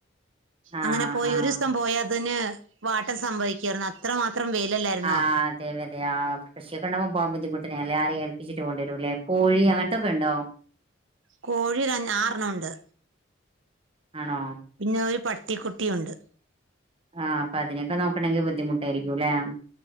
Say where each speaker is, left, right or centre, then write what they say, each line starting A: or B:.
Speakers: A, on the right (about 30°); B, on the right (about 70°).
A: ആഹ്
B: അങ്ങനെ പോയി
A: ആഹ്
B: ഒരു ദിവസം പോയാ അതിന് വാട്ടം സംഭവിക്കാർന്നു അത്രമാത് ത്രം വെയിലല്ലായിരുന്നോ
A: ആഹ് <unintelligible> കൃഷിയൊക്കെ ഉണ്ടാവുമ്പോ പോകാൻ ബുദ്ധിമുട്ട് എല്ലാരേയും ഏൽപ്പിച്ചിട്ട് പോണ്ടിവരൂല്ലേ കോഴി അങ്ങനത്തൊക്കെ ഉണ്ടോ?
B: കോഴി തന്നെ ആർണ്ണം ഉണ്ട്
A: ആണോ
B: പിന്നെ ഒരു പട്ട് ട്ടിക്കുട്ടിയുണ്ട്
A: ആ അപ്പൊ അതിനൊക്കെ നോക്കണമെങ്കിൽ ബുദ്ധിമുട്ടായിരിക്കും അല്ലെ